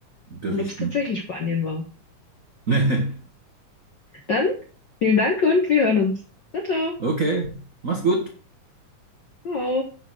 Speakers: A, on the right; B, on the left.
A: Berichten.
B: und ob es tatsächlich Spanien war.
A: <laughs>
B: Dann vielen Dank und wir hören uns. Ciao, ciao.
A: Okay, mach's gut.
B: Ciao.